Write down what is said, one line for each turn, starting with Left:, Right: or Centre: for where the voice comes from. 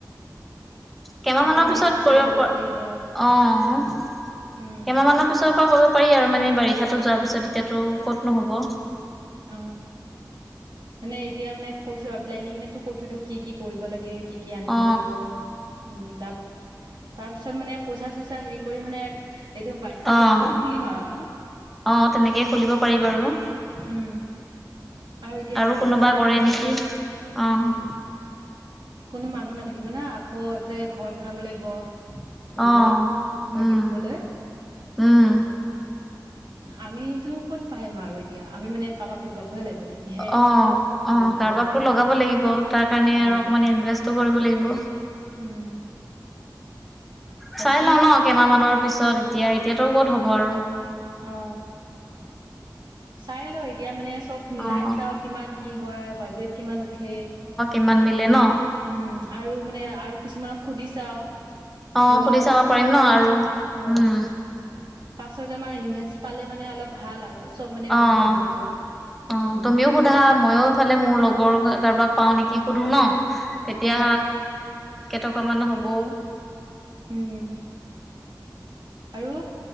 Centre: কেইমাহমানৰ
Right: আকৌ নেট
Centre: পিছত
Right: চেট
Centre: কৰিব
Right: লগাব
Centre: পৰা,
Right: লাগিব
Centre: অ কেইমাহ
Right: উম
Centre: মানৰ পিছত ত কৰিব পাৰি আৰু মানে বাৰিষাটো যোৱাৰ পিছত, এতিয়াতো কতনো হ'ব?
Right: অ। মানে এতিয়া মানে কৈছোঁ আৰু প্লেনিংটো কৈ থৈ দিওঁ, কি কি কৰিব লাগে? কি কি
Centre: অ
Right: আনিব লাগিব, উম তাৰ তাৰপিছত তাৰ পিছত মানে পইচা চইচা হেৰি কৰি মানে এইটো বাৰিষা
Centre: অ',
Right: যোৱাৰ পিছত খুলিম আৰু আমি।
Centre: অ তেনেকে খুলিব পাৰি বাৰু।
Right: উম এতিয়া
Centre: আৰু
Right: বাৰিষা
Centre: কোনোবা
Right: টাইম
Centre: কৰে
Right: মানে
Centre: নেকি, অ।
Right: উম কোনো মানুহ নাথাকিব না, আকৌ এইফালে ঘৰ বনাব লাগিব। থৈ
Centre: অ',
Right: লোৱা, মুৰ্গী
Centre: উম,
Right: থ'বলৈ
Centre: উম,
Right: আমিতো ক'ত পাইম আৰু এতিয়া আমি মানে কাৰোবাক লগাবহে লাগিব। তেতিয়াহে
Centre: অ',
Right: অলপ
Centre: অ',
Right: হেৰি
Centre: কাৰোবাকতটো
Right: হ'ব আৰু
Centre: লগাব লাগিব তাৰ কাৰণে
Right: অ
Centre: আৰু অকমান ইনভেষ্টো কৰিব লাগিব।
Right: উম। বাকী
Centre: চাই লওঁ ন, কেইমাহমানৰ পিছত এতিয়া, এতিয়াতো ক'ত হ'ব আৰু।
Right: অ। চাই ল এতিয়া মানে চব মিলাই
Centre: অ',
Right: চাওঁ কিমান কি হয় বাজেট কিমান উঠে?
Centre: ইমান মিলে ন।
Right: উম আৰু মানে আৰু কিছুমানক সুধি চাওঁ
Centre: অ',
Right: ধৰি
Centre: সুধি
Right: লোৱা
Centre: চাব
Right: পাঁচ
Centre: পাৰিম
Right: ছয়
Centre: ন'
Right: জন
Centre: আৰু
Right: মান, অ।
Centre: উম,
Right: পাঁচ- ছয়জনমান ইনভেচ পালে মানে অলপ ভাল আৰু, চব মানে
Centre: অ',
Right: মিলি যাব তেতিয়া।
Centre: অ
Right: উম
Centre: তুমিও সোধা মইও ইফালে মোৰ লগৰ কাৰোবাক পাওঁ নেকি সুধো ন? তেতিয়া
Right: অ
Centre: কেইটকামান হ'বও।
Right: উম। আৰু,